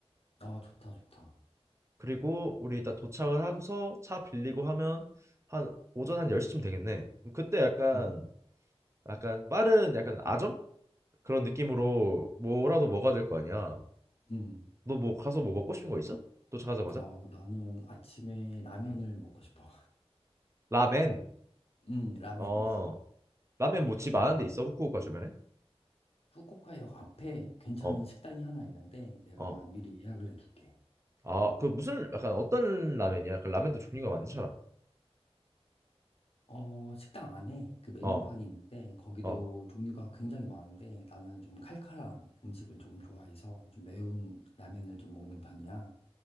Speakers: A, on the left; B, on the right.
A: 아, 좋다, 좋다.
B: 그리고 우리 일단 도착을 하고서 차 빌리고 하면 한 오전 한 10시쯤 되겠네. 그럼 그때 약간
A: 음,
B: 약간 빠른 약간 아점 그런 느낌으로 뭐라도 먹어야 될 거 아니야.
A: 음.
B: 너 뭐 가서 뭐 먹고 싶은 거 있어? 도착하자마자?
A: 어, 나는 아침에 라면을
B: 응.
A: 먹고 싶어.
B: 라멘.
A: 음, <laughs> 라멘이지.
B: 어. 라멘 뭐 집 아는 데 있어? 후쿠오카 주변에?
A: 후쿠오카역 앞에 괜찮은
B: 어.
A: 식당이 하나 있는데 내가
B: 어.
A: 미리 예약을 해둘게.
B: 아, 그 무슨 약간 어떤 라멘이야? 그 라멘도 종류가 많잖아.
A: 어, 식당 안에 그 메뉴판이
B: 어.
A: 있는데 거기도
B: 어.
A: 종류가 굉장히 많은데 나는 좀 칼칼한 음식을 좀 좋아해서 좀 매운 라면을 좀 먹는 편이야.